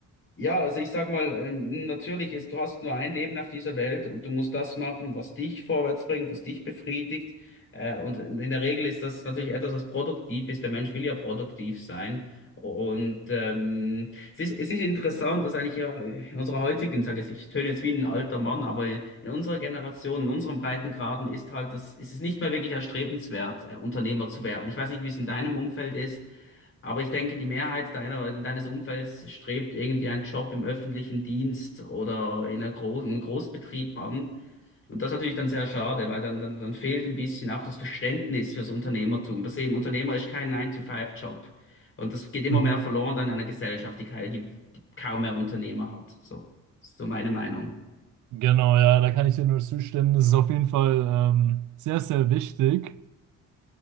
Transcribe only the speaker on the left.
Ja, also ich sag mal, ähm, natürlich ist, du hast nur ein Leben auf dieser Welt und du musst das machen, was dich vorwärts bringt, was dich befriedigt. Äh, und in der Regel ist das natürlich etwas, was produktiv ist. Der Mensch will ja produktiv sein. Und ähm, es ist, es ist interessant, dass eigentlich ja in unserer heutigen, sage ich, ich töne jetzt wie ein alter Mann, aber in unserer Generation, in unserem Breitengraden ist halt das, ist es nicht mehr wirklich erstrebenswert, äh, Unternehmer zu werden. Ich weiß nicht, wie es in deinem Umfeld ist. Aber ich denke, die Mehrheit deiner, deines Umfelds strebt irgendwie einen Job im öffentlichen Dienst oder in einer Gro einem Großbetrieb an. Und das ist natürlich dann sehr schade, weil dann, dann, dann fehlt ein bisschen auch das Verständnis fürs Unternehmertum. Das eben, Unternehmer ist kein Nine to Five job Und das geht immer
mehr verloren dann in einer Gesellschaft, die, kei- die, die kaum mehr Unternehmer hat. So, das ist so meine Meinung.